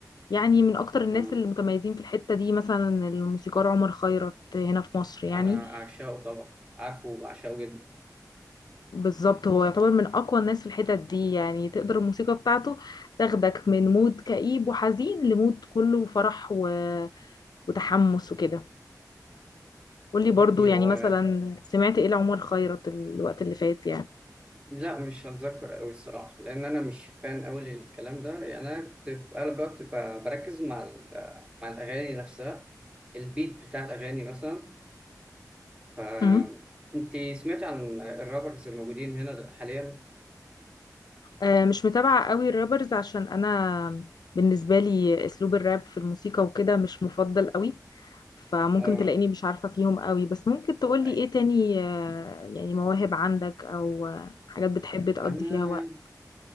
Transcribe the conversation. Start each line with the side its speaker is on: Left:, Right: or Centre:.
Left: يعني من أكتر الناس
Right: آه،
Left: المتميزين في الحتة دي مثلا الموسيقار عمر خيرت هنا في مصر يعني
Right: أنا أعشقه طبعا عارفه وبعشقه جدا
Left: بالظبط هو يعتبر من أقوى الناس في الحتت دي يعني تقدر الموسيقى بتاعته تاخدك من مود كئيب وحزين لمود كله فرح و... وتحمس وكده قولي
Right: والله
Left: برضو يعني
Right: هو
Left: مثلا سمعت ايه لعمر خيرت الوقت اللي فات يعني
Right: لا مش هتذكر أوي الصراحة لأن أنا مش فان أوي للكلام ده يعني أنا كنت في أغلب الوقت ب- بركز مع ال... مع الأغاني نفسها البيت بتاع الأغاني مثلا ف
Left: امم
Right: أنت سمعت عن الرابرز الموجودين هنا حاليا؟
Left: آه، مش متابعة قوي الرابرز عشان أنا بالنسبة لي أسلوب الراب في الموسيقى وكده مش مفضل قوي فممكن
Right: آه...
Left: تلاقيني مش عارفة فيهم قوي بس ممكن تقولي
Right: أي-
Left: إيه تاني آه، يعني مواهب عندك أو آه، حاجات بتحب تقضي
Right: أنا
Left: فيها وقت